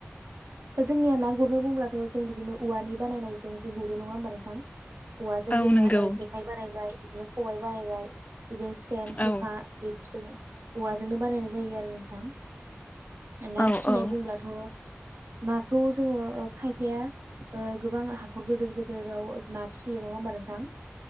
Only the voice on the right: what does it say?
जोंनिया ना गुरनो बुंब्लाथ' जों बिदिनो औवानि बानायनायजों सो गुरो नङा होमबा नोंथां। औवाजों
जोंनिया
ओ जेखाय बानायबाय। बिदिनो खबाइ बानायबाय बिदिनो सेन, खखा
जों औवाजोंनो बानायनाय जायो आरो नोंथां। ना
फिसिनाय
बुंब्लाथ' नाखौ जोङो ओ खायफाया ओ गोबां हाखर गोदोर गोदोराव ना फिसियो नङा होमबा नोंथां।